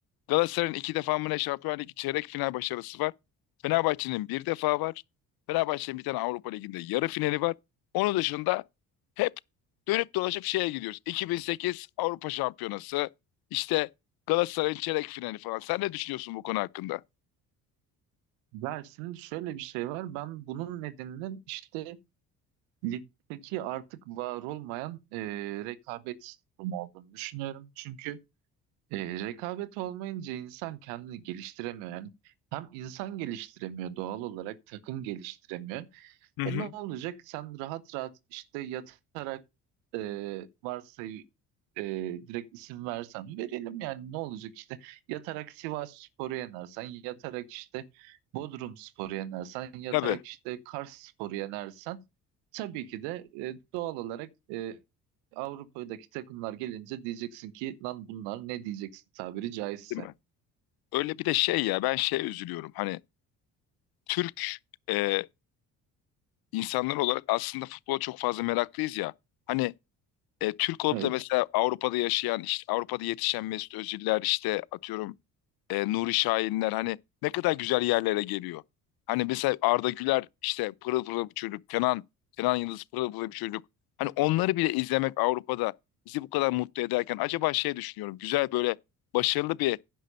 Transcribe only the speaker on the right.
ya şimdi şöyle bir şey var. Ben bunun nedeninin işte ligdeki artık var olmayan e, rekabet durumu olduğunu düşünüyorum. Çünkü E, rekabet olmayınca insan kendini geliştiremiyor. Yani hem insan geliştiremiyor doğal olarak, takım geliştiremiyor.
E ne olacak? Sen rahat rahat işte yatarak e, varsayı e, direkt isim versen verelim yani ne olacak işte yatarak Sivas Spor'u yenersen yatarak işte Bodrum Spor'u yenersen yatarak
işte Kars Spor'u yenersen tabii ki de e, doğal olarak e, Avrupa'daki takımlar gelince diyeceksin ki lan bunlar ne diyeceksin tabiri caizse.
Evet.